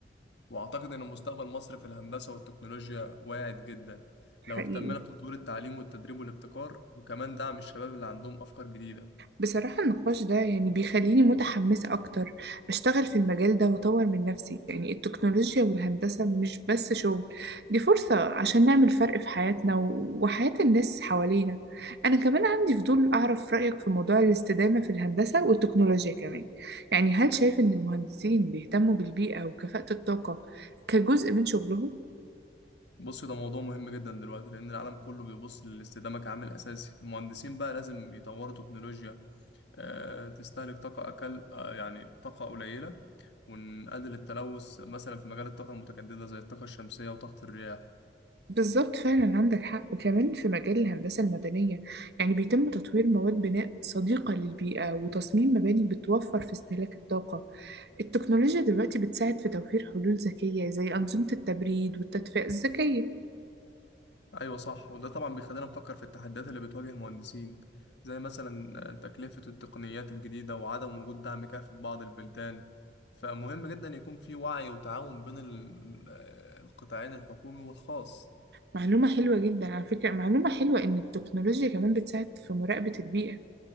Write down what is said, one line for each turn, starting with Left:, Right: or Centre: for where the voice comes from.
Left: وأعتقد إن مستقبل مصر في الهندسة والتكنولوجيا واعد جدا
Right: حقيقي
Left: لو اهتمنا بتطوير التعليم والتدريب والابتكار وكمان دعم الشباب اللي عندهم أفكار جديدة
Right: بصراحة النقاش ده يعني بيخليني متحمسة أكتر أشتغل في المجال ده وأطور من نفسي يعني التكنولوجيا والهندسة مش بس شغل دي فرصة عشان نعمل فرق في حياتنا و- وحياة الناس حوالينا أنا كمان عندي فضول أعرف رأيك في موضوع الاستدامة في الهندسة والتكنولوجيا كمان يعني هل شايف إن المهندسين بيهتموا بالبيئة وكفاءة الطاقة كجزء من شغلهم؟
Left: بص ده موضوع مهم جدا دلوقتي لأن العالم كله بيبص للاستدامة كعامل أساسي المهندسين بقى لازم يطوروا تكنولوجيا آه، تستهلك طاقة أقل آه، يعني طاقة قليلة ونقلل التلوث مثلا في مجال الطاقة المتجددة زي الطاقة الشمسية وطاقة الرياح
Right: بالظبط فعلا عندك حق وكمان في مجال الهندسة المدنية يعني بيتم تطوير مواد بناء صديقة للبيئة وتصميم مباني بتوفر في استهلاك الطاقة التكنولوجيا دلوقتي بتساعد في توفير حلول ذكية زي أنظمة التبريد والتدفئة الذكية
Left: ايوه صح وده طبعا بيخلينا نفكر في التحديات اللي بتواجه المهندسين زي مثلا تكلفة التقنيات الجديدة وعدم وجود دعم كافي في بعض البلدان فمهم جدا يكون في وعي وتعاون بين ال- آه، القطاعين الحكومي والخاص
Right: معلومة حلوة جدا على فكرة معلومة حلوة إن التكنولوجيا كمان بتساعد في مراقبة البيئة